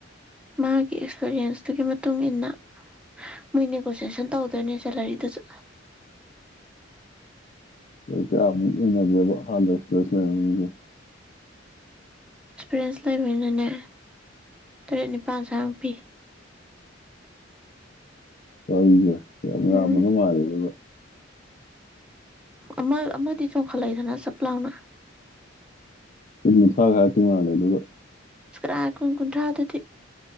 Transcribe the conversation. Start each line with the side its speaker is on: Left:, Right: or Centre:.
Centre: ꯃꯥꯒꯤ ꯑꯦꯛꯁꯄꯔꯤꯌꯦꯟꯁꯇꯨꯒꯤ ꯃꯇꯨꯡ ꯏ ꯃꯇꯨꯡꯏꯟꯅ ꯃꯣꯏ ꯅꯦꯒꯣꯁꯤꯦꯁꯟ ꯇꯧꯗꯣꯏꯅꯦ ꯁꯦꯂꯔꯤꯗꯨꯁꯨ
Left: ꯀꯌꯥꯒꯦꯕ ꯍꯜ ꯑꯦꯛꯁꯄ꯭ꯔꯦꯁ ꯂꯩꯔꯒꯦ
Centre: ꯑꯦꯛꯁꯄꯤꯔꯤꯌꯦꯟꯁ ꯂꯩꯕꯅꯤꯅꯅꯦ ꯇꯔꯦꯠ ꯅꯤꯄꯥꯜ ꯁꯨ ꯄꯤ
Left: ꯍꯁꯦ ꯅꯦ
Centre: ꯎꯝ
Left: ꯃꯥꯔꯤꯗꯣ
Centre: ꯑꯃ ꯑꯃꯥꯗꯤ ꯆꯣꯡꯈꯠꯂꯏꯗꯅ ꯆꯞ ꯂꯥꯎꯅ
Left: ꯀ ꯃ ꯊ꯭ꯔꯥꯒ ꯍꯥꯏꯇ ꯃ ꯂꯩꯦ ꯑꯗꯨꯒꯒ
Centre: ꯀꯥ ꯀꯨꯟ ꯀꯨꯟꯊ꯭ꯔꯥꯗꯗꯤ